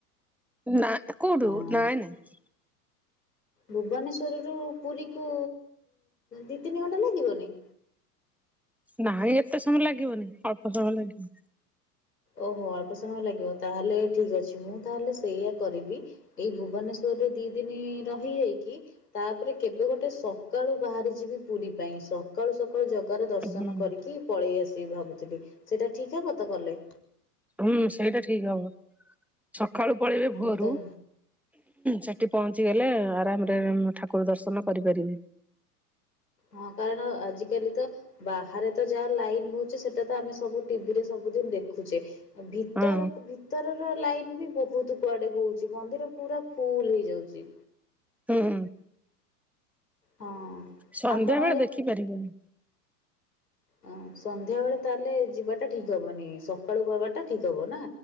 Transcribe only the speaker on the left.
ହଁ
ଭୁବନେଶ୍ୱରରୁ ପୁରୀ କୁ ଦି ତିନି ଘଣ୍ଟା ଲାଗିବନି।
ଓହୋ ଅଳ୍ପ ସମୟ ଲାଗିବ ତା ହେଲେ ଠିକ୍ ଅଛି ମୁଁ ତାହେଲେ ସେଇଆ କରିବି। ଏଇ ଭୁବନେଶ୍ଵରରେ ଦି ଦିନି ରହିଯାଇକି ତାପରେ କେବେ ଗୋଟେ ସକାଳୁ ବାହାରି ଯିବି ପୁରୀ ପାଇଁ ସ ସକାଳୁ ସକାଳୁ ଜାଗାର ଦର୍ଶନ
କରିକି ପଳେଇ ଆସିବି ଭାବୁଥିଲି ସେଇଟା ଠିକ୍ ହବତ ଗଲେ।
ମୁଁ ତ
ହଁ କାରଣ ଆଜିକାଲି ତ ବାହାରେ ତ ଯାହା ଲାଇନ ହୋଉଛି ସେଟା ତ ଆମେ ସବୁ ଟିଭିରେ ସବୁଦିନ ଦେଖୁଛେ। ଭିତରକୁ
ଭି ଭିତର ର ଲାଇନ ବି ବହୁତ କୁଆଡେ ହଉଛି ମନ୍ଦିର ପୁରା ଫୁଲ ହେଇଯାଉଛି।
ହଁ
ଆପଣ
ଓ ସନ୍ଧ୍ୟା ବେଳେ ତାହେଲେ ଯିବାଟା ଠିକ୍ ହବନି ସକାଳୁ ଦବାଟା ଠିକ୍ ହବ ନା।